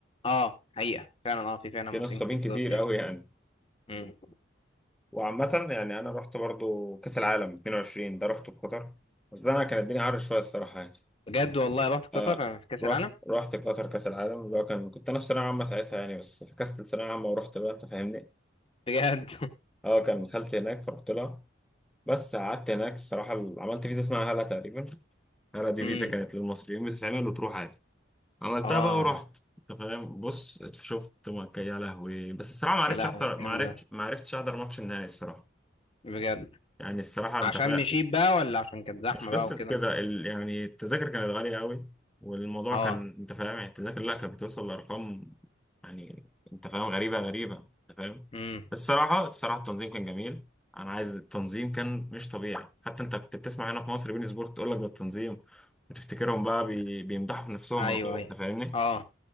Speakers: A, on the left (about 30°); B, in the centre.
A: اه حقيقه فعلا اه في فعلا
B: في
A: مصريين
B: نصابين
A: كتير في
B: كتير
A: تركيا
B: قوي يعني
A: مم.
B: وعامة يعني أنا رحت برضو كأس العالم 22 ده رحته في قطر بس ده أنا كان الدنيا عارف شوية الصراحة يعني
A: بجد والله رحت قطر
B: أنا
A: في كاس
B: رحت
A: العالم
B: رحت قطر كأس العالم اللي هو كان كنت أنا في ثانوية عامة ساعتها يعني بس فكست ثانوية عامة ورحت بقى أنت فاهمني
A: بجد
B: أه كان خالتي هناك فرحت لها بس قعدت هناك الصراحة عملت فيزا اسمها هلا تقريبا هلا دي
A: <laughs> مم.
B: فيزا كانت للمصريين بتتعمل وتروح عادي عملتها
A: اه
B: بقى ورحت انت فاهم بص شفت مكة يا لهوي بس الصراحه ما عرفتش
A: يا لهوي
B: احضر
A: ده جامد
B: ما عرفتش
A: ده
B: ما عرفتش احضر ماتش النهائي الصراحه
A: بجد
B: يعني الصراحه انت
A: عشان
B: فاهم
A: مشيت بقى ولا عشان كانت زحمه
B: مش
A: بقى
B: قصه
A: وكده
B: كده ال... يعني التذاكر كانت غاليه قوي والموضوع
A: اه
B: كان انت فاهم يعني التذاكر لا كانت بتوصل لارقام يعني انت فاهم غريبه غريبه انت فاهم
A: امم
B: بس الصراحه الصراحه التنظيم كان جميل انا عايز التنظيم كان مش طبيعي حتى انت كنت بتسمع هنا في مصر بين سبورت تقول لك ده التنظيم وتفتكرهم بقى بي... بيمدحوا في نفسهم
A: ايوه
B: او كده
A: ايوه
B: انت فاهمني
A: اه